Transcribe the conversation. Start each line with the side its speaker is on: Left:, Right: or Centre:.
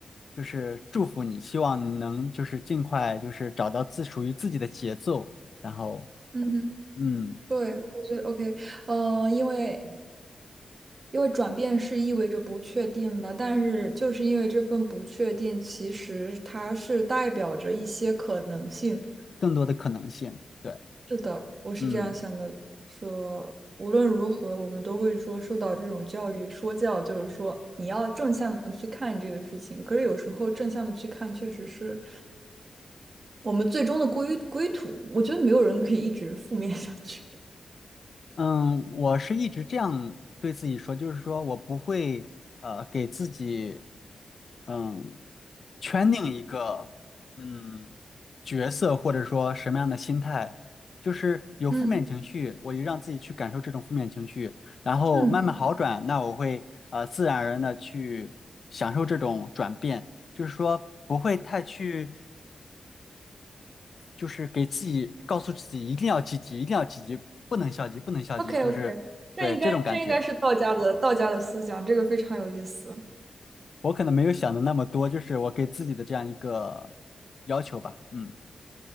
Left: 就是祝福你，希望你能就是尽快就是找到自属于自己的节奏，然后
Right: 嗯哼，
Left: 嗯，
Right: 对，我觉得 OK，呃，因为因为转变是意味着不确定的，但是就是因为这份不确定，其实它是代表着一些可能性。
Left: 更多的可能性。对，
Right: 是的，我是这样想的，
Left: 嗯
Right: 说无论如何，我们都会说受到这种教育，说教就是说你要正向的去看这个事情。可是有时候正向的去看，确实是我们最终的归归途。我觉得没有人可以一直负面下去。
Left: 嗯，我是一直这样对自己说，就是说我不会呃给自己。嗯，圈定一个嗯角色，或者说什么样的心态，就是有负面情绪，
Right: 嗯
Left: 我就让自己去感受这种负面情绪，然后慢慢好转，
Right: 嗯
Left: 那我会呃自然而然的去享受这种转变，就是说不会太去，就是给自己告诉自己一定要积极，一定要积极，不能消极，不能消极，
Right: <laughs>，OK
Left: 就是对这种感觉，
Right: OK，这应该这应该是道家的道家的思想，这个非常有意思，
Left: 我可能没有想的那么多，就是我给自己的这样一个要求吧，嗯。